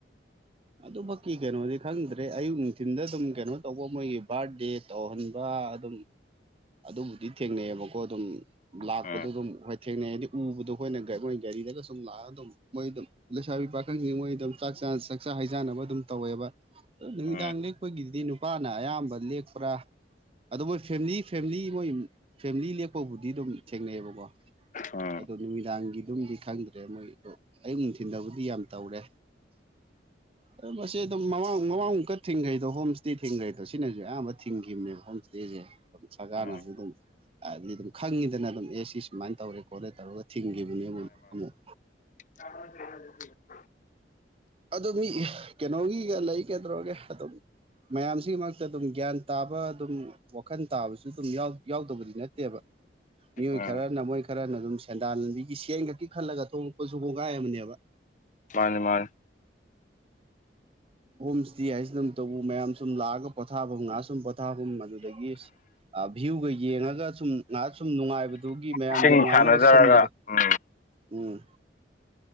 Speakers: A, on the right; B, on the left.
A: ꯑꯗꯨꯃꯛꯀꯤ ꯀꯩꯅꯣꯗꯤ ꯈꯪꯗ꯭ꯔꯦ ꯑꯌꯨꯛ ꯅꯨꯡꯊꯤꯟꯗ ꯑꯗꯨꯝ ꯀꯩꯅꯣ ꯇꯧꯕ ꯃꯣꯏꯒꯤ ꯕꯥꯔꯗꯦ ꯇꯧꯍꯟꯕ ꯑꯗꯨꯝ ꯑꯗꯨꯕꯨꯗꯤ ꯊꯦꯡꯅꯩꯑꯕꯀꯣ ꯑꯗꯨꯝ ꯂꯥꯛꯄꯗꯣ
B: ꯎꯝ
A: ꯑꯗꯨꯝ ꯍꯣꯏ ꯊꯦꯡꯅꯩ ꯍꯥꯏꯗꯤ ꯎꯕꯗꯣ ꯑꯩꯈꯣꯏ ꯃꯣꯏ ꯒꯥꯔꯤꯗꯒ ꯁꯨꯝ ꯂꯥꯛꯑꯒ ꯑꯗꯨꯝ ꯃꯣꯏ ꯑꯗꯨꯝ ꯂꯩꯁꯥꯕꯤ ꯄꯥꯈꯪꯁꯤꯡ ꯃꯣꯏ ꯑꯗꯨꯝ ꯆꯥꯛ ꯆꯥꯛꯆꯥ ꯍꯩꯖꯥꯟꯅꯕ ꯑꯗꯨꯝ ꯇꯧꯋꯦꯕ ꯅꯨꯃꯤꯗꯥꯡ
B: ꯎꯝ
A: ꯂꯦꯛꯄꯒꯤꯗꯨꯗꯤ ꯅꯨꯄꯥꯅ ꯑꯌꯥꯝꯕ ꯂꯦꯛꯄ꯭ꯔꯥ ꯑꯣ ꯃꯣꯏ ꯐꯦꯃꯤꯂꯤ ꯐꯦꯃꯤꯂꯤ ꯃꯣꯏ ꯐꯦꯃꯤꯂꯤ ꯂꯦꯛꯄꯕꯨꯗꯤ ꯑꯗꯨꯝ ꯊꯦꯡꯅꯩꯌꯦꯕꯀꯣ
B: ꯎꯝ
A: ꯑꯗꯣ ꯅꯨꯃꯤꯗꯥꯡꯒꯤꯗꯨꯝꯗꯤ ꯈꯪꯗ꯭ꯔꯦ ꯃꯣꯏ ꯑꯗꯣ ꯑꯌꯨꯛ ꯅꯨꯡꯊꯤꯟꯗꯕꯨꯗꯤ ꯌꯥꯝ ꯇꯧꯔꯦ ꯑ ꯃꯁꯗ ꯃꯃꯥꯡ ꯃꯃꯥꯡ ꯀ ꯊꯤꯡꯈ꯭ꯔꯩꯗꯣ ꯍꯣꯝ ꯏꯁ꯭ꯇꯦ ꯊꯤꯡꯈ꯭ꯔꯩꯗꯣ ꯁꯤꯅꯁꯨ ꯑꯌꯥꯝꯕ ꯊꯤꯡꯈꯤꯕꯅꯦꯕ ꯍꯣꯝ ꯏꯁꯇꯦ ꯁꯔꯀꯔ
B: ꯎꯝ
A: ꯑꯗꯨꯝ ꯍꯥꯏꯗꯤ ꯑꯗꯨꯝ ꯈꯪꯉꯤꯗꯅ ꯑꯗꯨꯝ ꯑꯦ ꯁꯤ ꯁꯨꯃꯥꯏꯅ ꯇꯧꯔꯦ ꯈꯣꯠꯂꯦ ꯇꯧꯔꯒ ꯊꯤꯡꯈꯤꯕꯅꯤ ꯑꯃꯨ ꯑꯃꯨꯛ
B: ꯑ
A: ꯑꯗꯨ ꯃꯤ ꯀꯩꯅꯣꯒꯤꯒ ꯂꯩꯒꯗ꯭ꯔꯣꯒ ꯑꯗꯨꯝ ꯃꯌꯥꯝꯁꯤꯒꯤ ꯃꯔꯛꯇ ꯑꯗꯨꯝ ꯒ꯭ꯌꯥꯟ ꯇꯥꯕ ꯑꯗꯨꯝ ꯑꯗꯨ ꯌꯥꯎꯗꯕꯗꯤ ꯅꯠꯇꯦꯕ ꯃꯤꯑꯣꯏ
B: ꯎꯝ
A: ꯈꯔꯅ ꯃꯣꯏ ꯈꯔꯅ ꯑꯗꯨꯝ ꯁꯦꯟꯗꯥꯟ ꯂꯝꯕꯤꯒꯤ ꯆꯦꯡ ꯈꯛꯤ ꯈꯜꯂꯒ ꯊꯣꯛꯂꯛꯄꯁꯨ ꯕꯣꯡꯒꯥꯏ ꯑꯃꯅꯦꯕ
B: ꯃꯥꯅꯦ ꯃꯥꯅꯦ
A: ꯍꯣꯝ ꯏꯁꯇꯦ ꯍꯥꯏꯁꯤꯅ ꯑꯗꯨꯝ ꯇꯧꯕ ꯃꯌꯥꯝ ꯁꯨꯝ ꯂꯥꯛꯑꯒ ꯄꯣꯊꯥꯐꯝ ꯉꯍ ꯁꯨꯝ ꯄꯣꯊꯥꯐꯝ ꯑꯗꯨꯗꯒꯤ ꯚ꯭ꯌꯨꯒ ꯌꯦꯡꯉꯒ ꯁꯨꯝ ꯉꯥꯏꯍꯥꯛ ꯁꯨꯝ ꯅꯨꯡꯉꯥꯏꯕꯗꯨꯒꯤ ꯃꯌꯥꯝꯒꯤ
B: ꯏꯁꯤꯡ
A: ꯅꯨꯡꯉꯥꯏꯅꯕ
B: ꯁꯥꯟꯅꯖꯔꯒ
A: ꯁꯤꯟꯕꯗꯨ
B: ꯎꯝ
A: ꯎꯝ